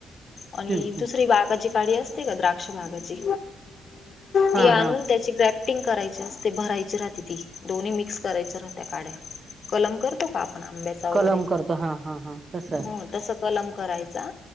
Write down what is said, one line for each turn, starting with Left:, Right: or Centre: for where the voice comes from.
Left: आणि
Right: हम्म हम्म
Left: दुसरी बाग जी गाडीअसते का द्राक्ष बागाची
Right: हा
Left: ती आणून
Right: हा
Left: त्याची ग्राफ्टिंग करायची असते भरायची राहते ती, दोन्ही मिक्स करायच्या राहत्या काड्या कलम करतो का? आंब्याचा वैगेरे
Right: कलम करतो हा हा हा तसं
Left: हो तसा कलम करायचा